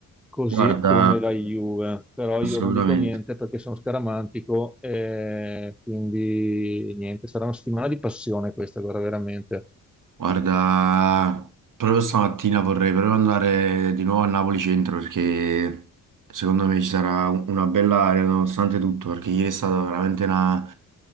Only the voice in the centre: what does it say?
così
come la Juve. Però
io non dico niente perché sono scaramantico, e quindi niente, sarà una settimana di passione questa, guarda, veramente.